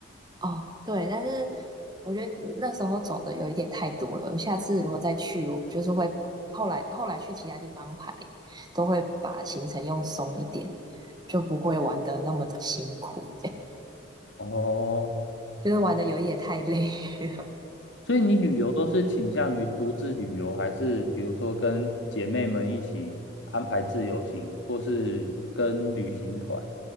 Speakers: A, on the right; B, on the left.
A: 哦，对，但是我觉得那时候走的有一点太多了，下次如果再去，我就是会后来后来去其他地方排，都会把行程用松一点，就不会玩的那么的辛苦。
B: 哦，
A: 就是玩的有一点太累了。
B: 所以你旅游都是倾向于独自旅游，还是比如说跟姐妹们一起安排自由行，或是跟旅行团，